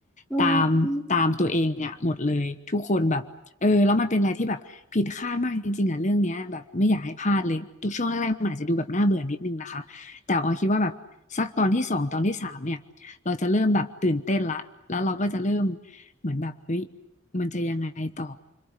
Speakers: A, in the centre; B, on the left.
A: อืม
B: ตามตามตัวเองอ่ะหมดเลยทุกคนแบบเออแล้วมันเป็นอะไรที่แบบผิดคาดมากจริงๆอ่ะเรื่องเนี้ยแบบไม่อยากให้พลาดเลยตัวช่วงแรกๆมันอาจจะดูแบบน่าเบื่อนิดนึงนะคะแต่ออยคิดว่าแบบสักตอนที่สองตอนที่สามเนี่ยเราจะเริ่มแบบตื่นเต้นละแล้วเราก็จะเริ่มเหมือนแบบเฮ้ยมันจะยังไงต่อ